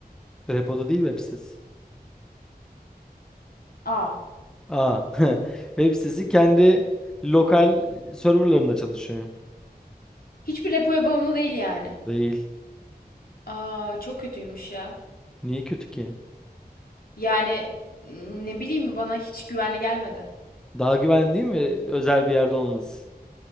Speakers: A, in the centre; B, on the left (about 65°).
A: Repoda değil web sitesi.
B: Aa,
A: Aa, <laughs> web sitesi kendi lokal serverlarında çalışıyor.
B: hiçbir repoya bağımlı değil yani.
A: Değil.
B: Aa, çok kötüymüş ya.
A: Niye kötü ki?
B: Yani ne bileyim bana hiç güvenli gelmedi.
A: Daha güvenli değil mi özel bir yerde olması?